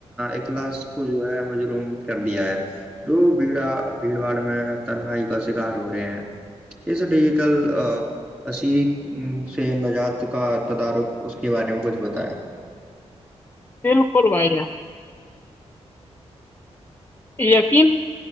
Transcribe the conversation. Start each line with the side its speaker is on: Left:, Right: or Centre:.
Right: اخلاس کو جو ہے مجروم کر دیا ہے لوگ بھیڑا بھیڑ باڑ میں تنہائی کا شکار ہو رہے ہیں اس ڈیجیٹل اسری سے نجات کا تدارک اس کے بارے میں کچھ بتائیں
Left: تل کوول بیا یقین